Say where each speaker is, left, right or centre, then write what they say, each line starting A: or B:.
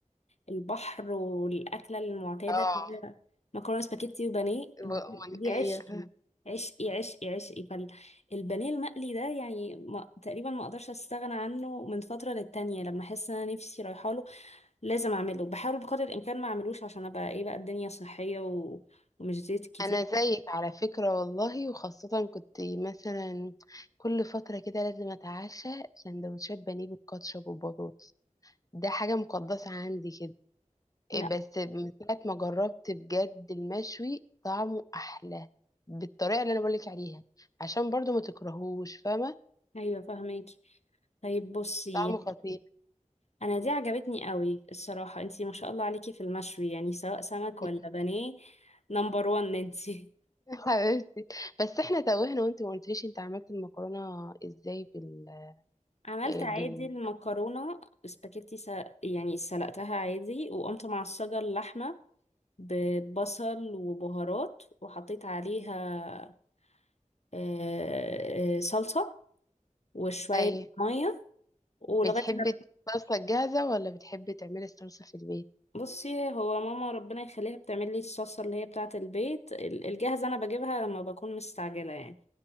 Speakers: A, on the left; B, on the left.
A: البحر والأكلة المعتادة
B: اه
A: اللي هي مكرونة سباكيتي وبانيه
B: و- وأنا-
A: دي
B: ايوه
A: عشقي عشقي عشقي عشقي فالبانيه المقلي ده يعني ما تقريبا ما اقدرش استغنى عنه من فترة للتانية لما احس ان انا نفسي رايحه له لازم اعمله بحاول بقدر الامكان ما اعملوش عشان ابقى ايه بقى الدنيا صحية و... ومش زيت كتير
B: انا زيك على فكرة والله وخاصة كنت مثلا كل فترة كده لازم اتعشى سندوتشات بانيه بالكاتشب والبطاطس ده حاجة مقدسة عندي كده
A: لا
B: إيه بس من ساعة ما جربت بجد المشوي طعمه احلى بالطريقة اللي انا بقولك عليها عشان برضو ما تكرهوش فاهمة
A: ايوه فاهماكي طيب بصي
B: طعمه خطير
A: انا دي عجبتني قوي الصراحة انتي ما شاء الله عليكي في المشوي يعني سواء سمك ولا
B: <laughs>
A: بانيه نمبر وان انتي
B: حبيبتي بس احنا توهنا وانت ما قلتليش انت عملت المكرونة ازاي بال
A: عملت
B: إيه
A: عادي
B: بال
A: المكرونة سباكيتي س... يعني سلقتها عادي وقمت معصجة اللحمة ببصل وبهارات وحطيت عليها آه، آه، صلصة وشوية
B: اي
A: مية ولغاية
B: بتحبي
A: ما
B: الصلصة جاهزة ولا بتحبي تعملي الصلصة في البيت
A: بصي هو ماما ربنا يخليها بتعمل لي الصلصة اللي هي بتاعة البيت ال- الجاهزة أنا بجيبها لما بكون مستعجلة يعني